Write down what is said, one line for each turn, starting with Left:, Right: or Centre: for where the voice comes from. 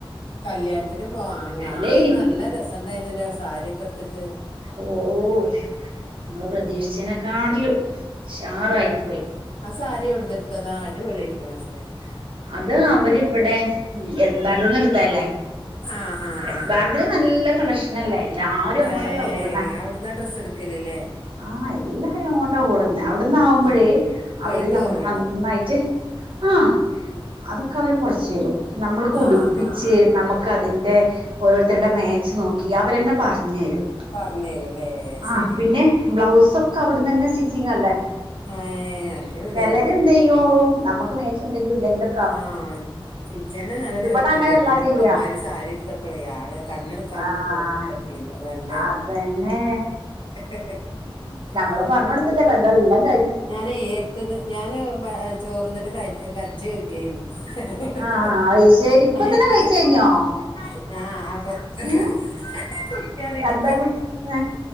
Left: കല്ല്യാൺത്തിന് പോ ആണ് കാണാ
Right: അല്ലേ
Left: നല്ല രസംണ്ടായിന്ന്ല്ലേ സാരി ഒക്കെട്ത്ത്ട്ട്.?
Right: ഓഹ്, മ്മള് പ്രതീക്ഷിച്ചെനെക്കാട്ട്ലും ഷാറായി പോയ്.
Left: ആഹ് സാരി എവ്ട്ന്ന്ട്ത്തതാ അടിപൊളിയിക്ക്ണു ആ സാരി.
Right: അത് അവര് വടെ ഉം എസ്ബ <unintelligible> ന്ന് ട്ത്തേല്ലേ.
Left: ആഹ് ആഹ്
Right: എസ്ബാ
Left: ആഹ്
Right: തില് നല്ല കളക്ഷ്നല്ലേ എല്ലാരും അങ്ങോട്ടല്ലെ
Left: ഏ
Right: ഓടുന്നെ.
Left: അവിടുന്നാ ഡ്രസ്സ് എടുക്കലല്ലേ
Right: ആഹ് എല്ലാരും അങ്ങോട്ടാ ഓട്ന്നെ. അവ്ട്ന്നാവുമ്പ്ഴേ
Left: ഏ
Right: അവര്
Left: റേറ്റ്
Right: നമുക്ക്
Left: കുറവുണ്ടോ
Right: നന്നായിറ്റ് ആഹ്, അതൊക്കെ അവര് കൊറച്ചെരും. നമ്മൾക്ക്
Left: ആഹ്
Right: ഉടിപ്പിച്ച്
Left: ആഹ്
Right: നമ ക്കതിന്റെ ഓരോര്ത്തര്ടെ മേച്ച് നോക്കി അവരന്നെ പറഞ്ഞെരും.
Left: പറഞ്ഞരുല്ലേ
Right: ആഹ്,
Left: ശരി
Right: പിന്നെ ബ്ലൗസൊക്കെ അവ്ട്ന്നെന്നെ സ്റ്റിച്ചിങ്ങല്ലേ.?
Left: ഏഹ്, അടിപൊളിയ്.
Right: ല്ലാരുന്തെയ്യൂ നമക്ക് മേച്ച് ണ്ടെങ്കിലും ഇല്ലെങ്കിലു
Left: ആഹ്, ഇജ്ജെന്നെ നല്ല ചെർക്ക്ണ്ട്
Right: ഇവിടെ അങ്ങനെയല്ല
Left: പിന്നെ
Right: ചെയ്യാ
Left: ഇപ്പ അമ്മാരി സാരിട്ത്തപ്പളെ ആളെ കണ്ണെട്ക്കാൻ
Right: ആഹ്
Left: മൊ നോക്കി പറ്റീല്ല്യ. നല്ലെ
Right: അതന്നെ
Left: <inaudible>
Right: അഹ് പർണ്ണൊട്ത്ത്കല്ലേ എന്തല്ല <unintelligible>
Left: ഞാനെയ് എര്ത്ത്ന്ന് ഞാന് ബ ചോറ്ന്ന്ട്ട് ക കജ്ജ് കെഗ്ഗെന്നു. <unintelligible>
Right: ആഹ് അത് ശരി ഇപ്പ
Left: കയ്യ്
Right: തന്നെ കഴിച്ച്
Left: <unintelligible>
Right: കഴിഞ്ഞോ ഏഹ്
Left: ട്ട്യറീണ്
Right: എന്താ കുട്ടി ഏഹ്